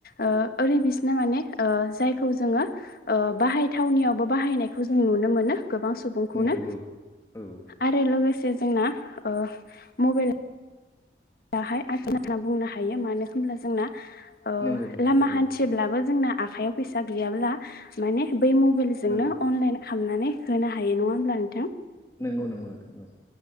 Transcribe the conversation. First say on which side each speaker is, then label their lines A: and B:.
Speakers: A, on the left; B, on the left.
A: ओ ओरै बिसिना माने ओ जायखौ जोङो बा हाय थावनियावबो बाहायनायखौ जों नुनो मोनो। गोबां सुबुंखौनो
B: नंगौ औ
A: आरो लोगोसे जोंना ओ मबेल हाय <unintelligible> बुंनो हायो मानो होमब्ला जोंना ओ
B: नंगौ नोंथां
A: लामा
B: औ
A: हानथियोब्लाबो जोंना आखाइयाव फैसा गैयाब्ला माने बै मबिलजोंनो
B: नंगौ
A: अनलाइन खामनानै होनो हायो नङा होमब्ला नों
B: नोंगौ नोंगौ नोंथां औ